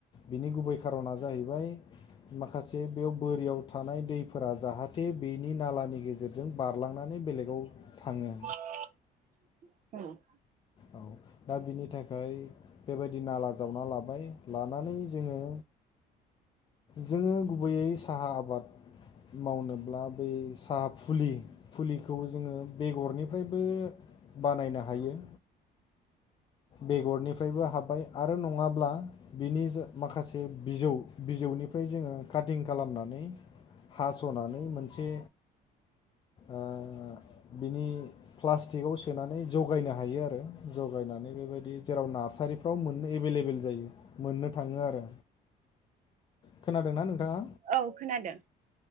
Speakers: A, on the left; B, on the right.
A: बिनि गुबै खारना जाहैबाय माखासे बेयाव बोरियाव थानाय दैफोरा जाहा थे बेनि नालानि गेजेरजों बारलांनानै बेलेगाव थाङो
B: <inaudible> औ
A: औ दा बिनि थाखाय बेबायदि नाला जावना लाबाय लानानै जोङो जोङो गुबैयै साहा आबाद मावनोब्ला बै साहा फुलि फुलिखौ जोङो बेगरनिफ्रायबो बानायनो हायो। बेगरनिफ्रायबो हाब्बाय आरो नङाब्ला बिनि जा माखासे बिजौ बिजौनिफ्राय जोङो काटिं खालामनानै हास'नानै मोनसे आ बिनि प्लास्टिकआव सोनानै जगायनो हायो आरो जगायनानै बेबायदि जेराव नार्सारिफ्राव मोननो एभेलेबेल जायो मोननो थाङो आरो खोनादोंना नोंथाङा?
B: औ खोनादों